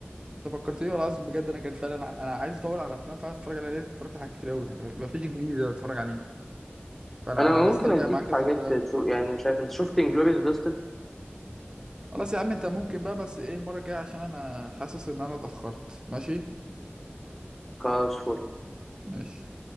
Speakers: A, on the right (about 20°); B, in the centre.
A: انت فكرتني والله العظيم بجد انا كان فعلا انا عايز ادور على افلام فعلا اتفرج عليها لان اتفرجت على حاجات كتير قوي يعني مفيش جديد اتفرج عليه فانا
B: انا
A: انا
B: ممكن
A: بسترجع
B: اديك
A: معاك الذكريات
B: حاجات تشوف يعني شايف انت شفت انجلوريوس باسترد
A: خلاص يا عم انت ممكن بقى بس ايه المره الجايه عشان انا حاسس ان انا اتاخرت ماشي
B: خلاص فل.
A: ماشي